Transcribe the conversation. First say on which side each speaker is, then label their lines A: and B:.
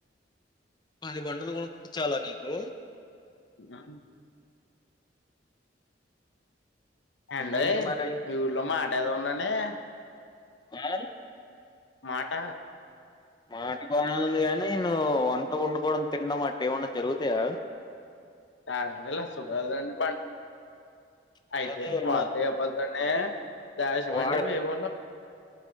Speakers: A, on the left; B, on the left.
A: పది బండలు కొనుకుంటే చాలా నీకు
B: ఆ అయ్
A: ఏంటి మరి
B: మీ ఊర్లో మాట ఏదో ఉన్నాండి అే
A: ఆ
B: మాట
A: మాట బనేఉంది కాని నువ్వు వంట వండుకోవడం తిినడం అటు ఏమన్నా జరుగుతాయా
B: <unintelligible>
A: కాదు
B: అయితే
A: నువ్వు
B: వాతేప్పతనే దాష్
A: వాడ
B: మండవి ఏవ